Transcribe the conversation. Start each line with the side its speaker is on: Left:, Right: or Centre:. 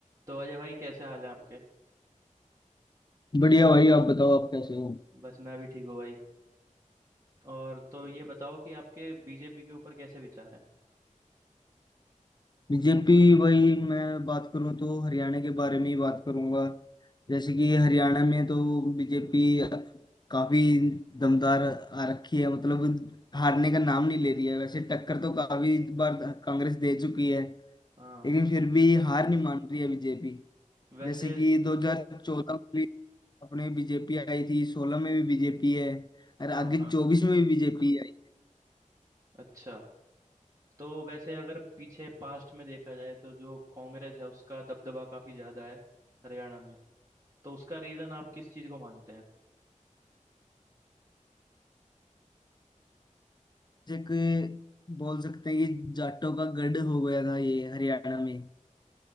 Right: तो अजय भाई कैसे हाल है आपके
Left: बढ़िया भाई आप बताओ आप कैसे हो
Right: बस मैं भी ठीक हूँ भाई और तो ये बताओ कि आपके बीजेपी के ऊपर कैसे विचार हैं
Left: बीजेपी वही मैं बात करूं तो हरियाणा के बारे में ही बात करूंगा जैसे कि हरियाणा में तो बीजेपी काफी दमदार आ रखी है मतलब हारने का नाम नहीं ले रही है वैसे टक्कर तो काफी बार कांग्रेस दे चुकी है
Right: हाँ
Left: लेकिन फिर भी हार नहीं मान रही है बीजेपी
Right: वैसे
Left: जैसे कि 2014 में भी अपने बीजेपी आई थी 16 में भी बीजेपी है और
Right: हाँ
Left: आगे
Right: हाँ
Left: 24 में भी बीजेपी है
Right: अच्छा तो वैसे अगर पीछे पास्ट में देखा जाए तो जो कांग्रेस है उसका दबदबा काफी ज्यादा है हरियाणा में तो उसका रीजन आप किस चीज को मानते हैं
Left: जैसे कि बोल सकते हैं कि जाटों का गढ़ हो गया था ये हरियाणा में